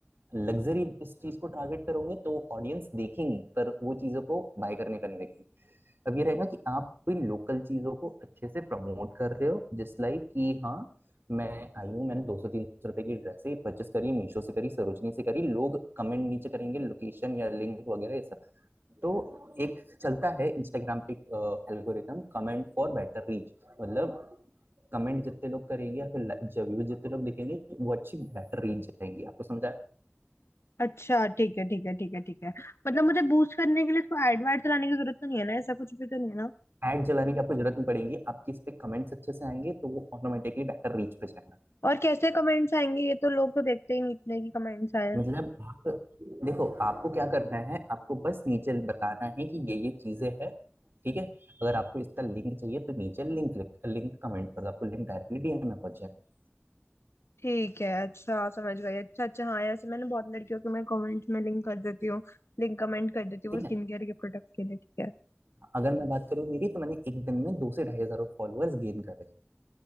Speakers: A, on the right (about 60°); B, on the left (about 85°).
A: लग्जरी इस चीज को टारगेट करोगे तो ऑडियंस देखेंगी पर वो चीजों को बाय करने का नहीं देखेंगे अब ये रहेगा कि आप कोई लोकल चीजों को अच्छे से प्रमोट कर रहे हो जिस लाइक कि हाँ मैं आई हूँ मैंने दो सौ तीन सौ रुपए की ड्रेस ही परचेस करी मीशो से करी सरोजनी से करी लोग कमेंट नीचे करेंगे लोकेशन या लिंक वगैरह ये सब तो एक चलता है इंस्टाग्राम पे algorithm comment for better reach मतलब कमेंट जितने लोग करेंगे या फिर व्यूज जितने लोग दिखेंगे वो अच्छी बेटर रीच जाएंगी आपको समझाया
B: अच्छा ठीक है ठीक है ठीक है ठीक है मतलब मुझे बूस्ट करने के लिए तो एड वाड चलाने की जरूरत तो नहीं है ना ऐसा कुछ भी तो नहीं है ना
A: ऐड जलाने की आपको जरूरत नहीं पड़ेगी आपकी इस पे कमेंट्स अच्छे से आएंगे तो वो ऑटोमेटिकली बेटर रीच पे जाएगा
B: और कैसे कमेंट्स आएंगे ये तो लोग तो देखते ही नहीं इतने की कमेंट्स आए हैं।
A: मतलब आप देखो आपको क्या करना है आपको बस नीचे बताना है कि ये ये चीजें हैं ठीक है अगर आपको इसका लिंक चाहिए तो नीचे लिंक लिंक कमेंट कर दो आपको लिंक डायरेक्टली डीएम में पहुंच जाएगा
B: ठीक है अच्छा समझ गई अच्छा अच्छा हाँ ऐसे मैंने बहुत लड़कियों के मैं कमेंट्स में लिंक कर देती हूँ लिंक कमेंट कर देती हूँ
A: ठीक
B: वो स्किन
A: है
B: केयर के प्रोडक्ट के लिए ठीक है
A: अगर मैं बात करूँ मेरी तो मैंने एक दिन में दो से ढाई हजार फॉलोअर्स गेन करे